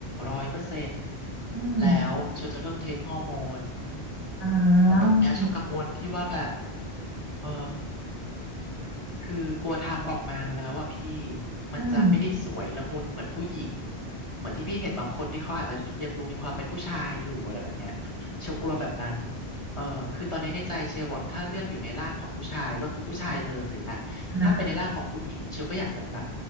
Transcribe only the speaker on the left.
ร้อยเปอร์เซ็นต์
แล้วเชลจะเริ่มเทคฮอร์โมนอืม
แต่ตรงเนี้ยเชลกังวลที่ว่าแบบ
เออ คือกลัวทำออกมาแล้วอ่ะพี่มันจะไม่ได้สวยละมุนเหมือนผู้หญิง
เหมือนที่พี่เห็นบางคนที่เขาอาจจะยังดูมีความเป็นผู้ชายอยู่อะไรแบบเนี้ยเชลกลัวแบบนั้นเออคือตอนนี้ในใจเชลอะถ้าเลือกอยู่ในร่างของผู้ชายก็คือผู้ชายเลยอะถ้าเป็นในร่างของผู้หญิงเชลก็อยากจะแบบ